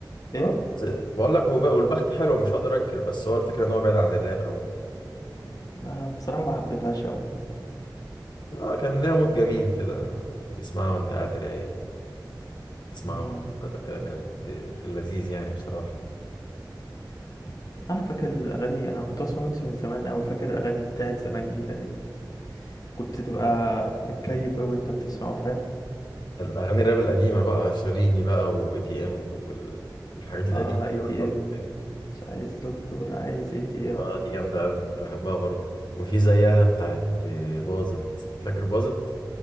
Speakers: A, on the left (about 50°); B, on the left (about 70°).
A: ايه
B: اه بس بقول لك وب- والبخت حلوة مش هقدر انكر بس هو الفكرة ان هو بعيد عن الراب قوي
A: انا بصراحة ما حبيتهاش قوي
B: لا كان ليها مود جميل كده تسمعها وانت قاعد رايق تسمعها
A: امم
B: مع صاحبتك كده كانت في اللذيذ يعني بصراحة
A: انا فاكر اغاني انا كنت بسمع ويجز من زمان او فاكر اغاني بتاعت زمان دي كانت كنت تبقى متكيف او انت بتسمعه فاهم
B: الأغاني الراب القديمة بقى شاليني بقى و اي تي ام وال... والحاجات القديمة
A: اه اي
B: دي والألبوم
A: تي ام
B: ده.
A: مش عايز دكتور عايز اي تي ام
B: اه دي جامدة أوي كنت بحبها برضه وفي زيها بتاعت باظت فاكر باظت؟